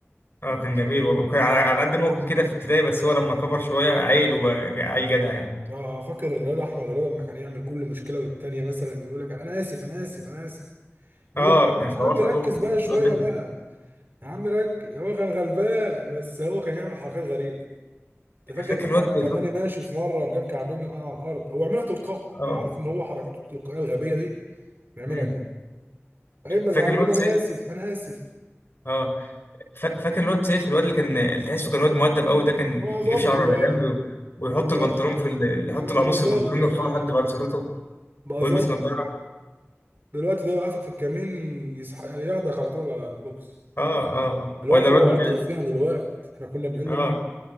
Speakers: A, on the left; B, on the right.
A: اه كان جميل والله وكان على على قد ما هو كان كده في ابتدائي بس هو لما كبر شويه عيل وبقى عيل جدع يعني
B: لا فاكر الواد أحمد رضا لما كان يعمل كل مشكلة والتانية مثلا يقول لك أنا آسف أنا آسف أنا آسف يقول
A: اه
B: له يا عم
A: كان
B: يا
A: خلاص
B: عم
A: قوي
B: ركز بقى شوية
A: الواد ده
B: بقى يا عم ركز هو كان غلبان بس هو كان يعمل حركات غريبة أنت فاكر
A: فاكر
B: لما
A: الواد
B: خلاني
A: ده
B: ماشي في مرة وجاب كعبين وقع على الأرض هو عملها تلقائي
A: اه
B: وأنا عارف إن هو حركاته التلقائية الغبية دي بيعملها
A: مم.
B: بعدين بزعل
A: فاكر الواد
B: بقول
A: سيف
B: انا اسف انا اسف
A: اه فا- فاكر الواد سيف الواد اللي كان اللي تحسه كان واد مؤدب قوي ده كان
B: هو ظابط
A: يجيب شعره
B: دلوقتي
A: على جنب و- ويحط
B: بقى
A: البنطلون
B: ظابط
A: في ال... يحط
B: اه
A: القميص
B: بقى ظابط
A: في البنطلون
B: يا اخويا
A: يرفعه
B: دلوقتي
A: لحد بعد بشرته
B: بقى
A: ويلبس
B: ظابط
A: نظاره
B: دلوقتي ده يوقفك في الكمين يصح... ياخدك على طول على البوكس
A: اه اه آه.
B: الواد
A: ولا
B: ده
A: الواد
B: لو عطر فينا دلوقتي احنا كنا بنقل
A: اه
B: منه